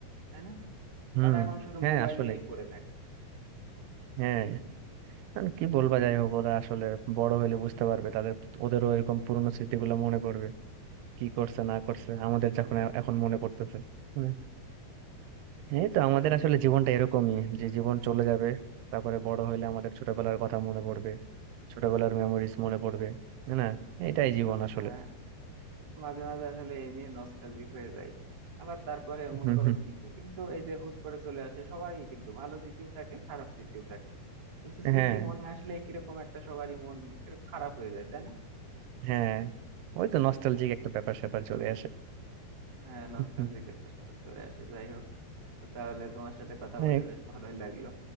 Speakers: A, on the right (about 60°); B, on the right (about 80°).
A: তাই না
B: হুম
A: তারা এখন শুধু
B: হ্যাঁ
A: মোবাইল
B: আসলে
A: নিয়েই পড়ে থাকে
B: হ্যাঁ আর কি বলবা যাই হোক ওরা আসলে বড় হলে বুঝতে পারবে তাদের ওদেরও এরকম পুরনো স্মৃতিগুলো মনে পড়বে কি করছে না করছে আমাদের যখন এ- এখন মনে পড়তেছে হুম। এই তো
A: আসলে
B: আমাদের আসলে জীবনটা এরকমই যে জীবন চলে যাবে তারপরে বড় হলে আমাদের ছোটবেলার কথা মনে পড়বে ছোটবেলার মেমোরিজ মনে পড়বে তাই না এটাই জীবন আসলে
A: হ্যাঁ, মাঝে মাঝে আসলে এই নিয়ে নস্টালজিক হয়ে যায় আবার তারপরে
B: হুম,
A: মনে করো
B: হুম।
A: স্মৃতি কিন্তু এই যে হুট করে চলে আসে সবারই কিন্তু ভালো স্মৃতিও থাকে খারাপ স্মৃতিও থাকে কিন্তু স্মৃতি
B: হ্যাঁ
A: মনে আসলে কিরকম একটা সবারই মন কিরকম খারাপ হয়ে যায় তাই না
B: হ্যাঁ ওই তো নস্টালজিক একটা ব্যাপার স্যাপার চলে আসে
A: হ্যাঁ নস্টালজিক
B: হুম, হুম।
A: ব্যাপার স্যাপার চলে আসে যাই হোক তো তাহলে তোমার সাথে কথা
B: হ্যাঁ
A: বলে বেশ ভালোই লাগলো